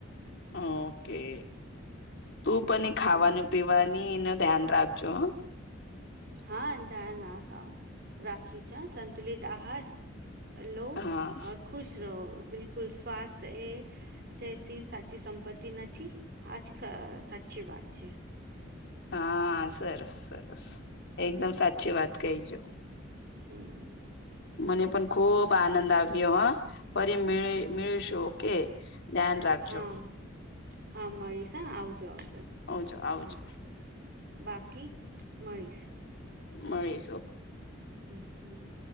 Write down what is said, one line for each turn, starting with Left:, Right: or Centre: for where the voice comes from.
Left: ઓકે તું પણ એ ખાવાનું
Right: હમ
Left: પીવાની એ ન ધ્યાન રાખજો હ
Right: હા ધ્યાન નાખ રાખી છે સંતુલિત આહાર લો
Left: હા
Right: ખુશ રહો બિકુલ સ્વાસ્થ એ. જય સિંહ સાચી સંપત્તિ નથી આજ સાચી વાત છે.
Left: હા સરસ સરસ એકદમ
Right: હમ
Left: સાચી વાત કહીજો.
Right: હમ.
Left: મને પણ ખૂબ આનંદ આવ્યો હ ફરી મેં
Right: હા
Left: મેળશું ઓકે. ધ્યાન રાખજો
Right: હા હા મળીશ હા આવજો આવજો
Left: આવજો આવજો
Right: હા. બાકી મળીશ.
Left: મળીસો.
Right: હમ હમ